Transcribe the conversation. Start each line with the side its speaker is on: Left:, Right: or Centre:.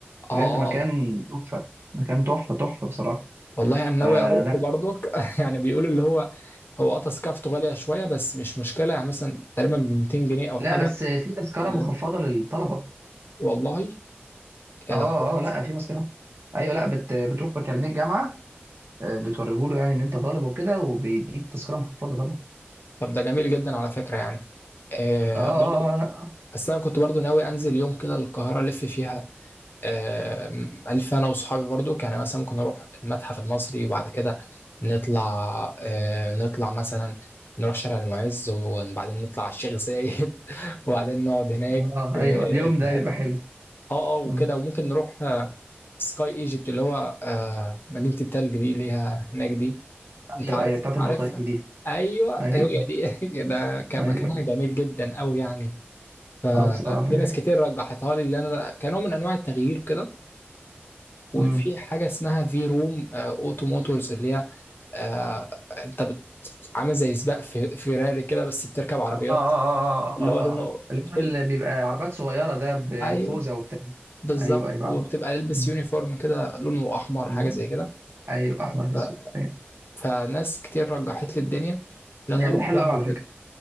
Left: اه
Right: بجد
Left: آه،
Right: مكان تحفة مكان تحفة تحفة بصراحة
Left: والله انا ناوي
Right: فلا
Left: اروح برضك <laughs> يعني بيقولوا اللي هو هو اه تذكرته غاليه شويه بس مش مشكله يعني مثلا تقريبا ب 200 جنيه او
Right: لا
Left: حاجه
Right: بس في تذكرة
Left: ال-
Right: مخفضة للطلبة
Left: والله يا
Right: اه
Left: ده كويس
Right: اه لا في تذكرة ايوه لا بت بتروح بكارنيه الجامعة آه، بتوريهوله يعني ان انت طالب وكده وبيديك تذكرة مخفضة طبعا
Left: طب ده جميل جدا على فكره يعني آه
Right: اه اه
Left: برضو
Right: اه لا
Left: بس انا كنت برضو ناوي انزل يوم كده القاهره الف فيها آه الف انا واصحابي برضو يعني مثلا ممكن نروح المتحف المصري وبعد كده نطلع آه نطلع مثلا نروح شارع المعز وبعدين نطلع على الشيخ زايد <laughs> وبعدين نقعد هناك
Right: اه
Left: في
Right: ايوه اليوم
Left: في
Right: ده
Left: حته
Right: بيبقى حلو
Left: اه اه وكده
Right: مم.
Left: وممكن نروح آه، سكاي ايجيبت اللي هو آه، مدينة التلج دي اللي هي هناك دي انت
Right: ايوه
Left: عارف
Right: ايوه بتاعت البطاريق
Left: عارفها
Right: دي
Left: ايوه
Right: ايوه
Left: هي دي <laughs> ده كان
Right: ايوه
Left: مكانها جميل جدا قوي يعني ففي
Right: اه بصراحة دي
Left: ناس كتير رجحتها لي اللي انا كنوع من انواع التغيير كده وفي
Right: حقيقة
Left: حاجة اسمها في روم اوتو موتورز اللي هي آه، انت بت- عامل زي سباق في فيراري كده بس بتركب عربيات
Right: اه اه اه
Left: اللي
Right: اه اه
Left: هو لونه
Right: آه. اللي
Left: بتل...
Right: هو اللي بيبقى عربيات صغيرة ده بخوذة
Left: ايوه
Right: وبتاع
Left: بالظبط
Right: ايوه ايوه
Left: وبتبقى
Right: عارف.
Left: لابس
Right: م-
Left: يونيفورم كده لونه احمر
Right: م-
Left: حاجه زي كده
Right: ايوه احمر في
Left: ف-
Right: اسود فاهم.
Left: فناس كتير رجحت لي الدنيا
Right: المكان
Left: ان انا اروح
Right: ده حلو
Left: يعني
Right: قوي على
Left: وكده
Right: فكرة